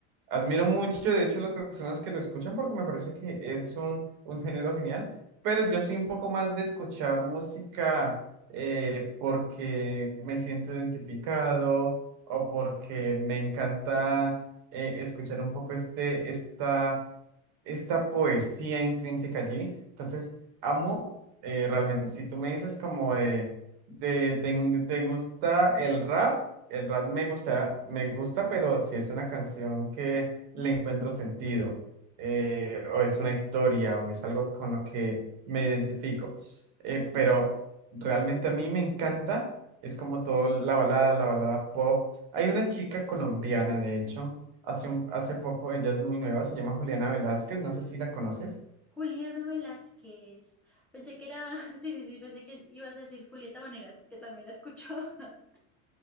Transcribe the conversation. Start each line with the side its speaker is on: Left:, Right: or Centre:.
Right: Admiro mucho, de hecho, las personas que lo escuchan porque me parece que es un, un género genial, pero yo soy un poco más de escuchar música eh, porque me siento identificado o porque me encanta eh, escuchar un poco este, esta, esta poesía intrínseca allí. Entonces, amo eh, realmente. Si tú me dices como de, de, ¿te te gusta el rap? El rap me gusta, me gusta, pero si es una canción que le encuentro sentido, eh, o es una historia, o es algo con lo que me identifico. Eh,
Centre: Sí,
Right: pero
Centre: sí.
Right: realmente a mí me encanta, es como todo la balada, la balada pop. Hay una chica colombiana, de hecho, hace un, hace poco, ella es muy nueva, se llama Juliana Velázquez, no sé si la conoces.
Centre: Juliana Velázquez. Pensé que era, <laughs> sí, sí, sí, pensé que ibas a decir Julieta Vanegas, que también la escucho. <laughs>